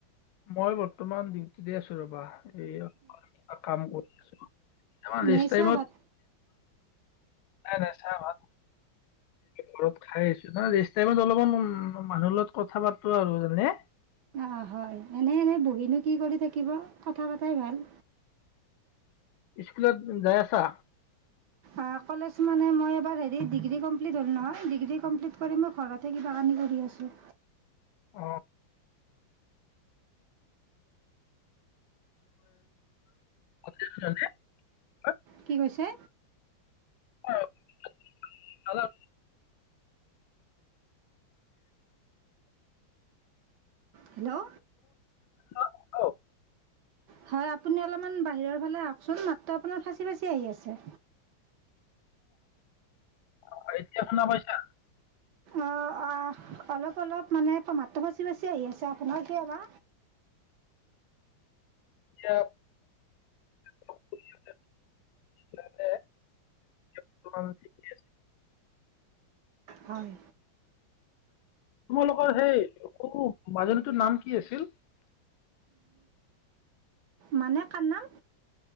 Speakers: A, on the left (about 85°); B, on the right (about 70°).
A: মই বৰ্তমান ডিউটিতে আছোঁ ৰবা। এইয়া, কাম কৰি <inaudible> ৰেষ্ট
B: নে
A: টাইমত
B: চাহ ভাত?
A: নাই, নাই, চাহ ভাত, ঘৰত খাই আহিছোঁ। ৰেষ্ট টাইমত অলপমান, উ, মানুহৰ লগত কথা পাতোঁ আৰু মানে।
B: অ' হয়। এনে, এনে, বহি নো? কি কৰি থাকিব? কথা পা <inaudible> চাই ভাল
A: স্কুলত যাই আছা?
B: আ কলেজ মানে মই এবাৰ হেৰি ডিগ্ৰী কমপ্লিট হ'ল নহয়, ডিগ্ৰী কমপ্লিট ত কৰি মই ঘৰতে কিবা কানি কৰি আছোঁ।
A: অ <unintelligible>
B: কি কৈছে?
A: অ <unintelligible>
B: হেল্ল'
A: অ, অঁ
B: হয় আপুনি অলপমান বাহিৰৰ ফালে আহকচোন মাতটো আপোনাৰ ফাঁচি ফাঁচি আহি আছে।
A: অ এতিয়া শুনা পাইছা?
B: অঁ অঁ, অলপ অলপ মানে মাতটো ফাঁচি ফাঁচি আহি আছে আপোনাৰ কিয় বা?
A: এতিয়া <unintelligible>
B: হয়।
A: তোমালোকৰ সেই সৰু মাজনীটোৰ নাম কি আছিল?
B: মানে কাৰ নাম?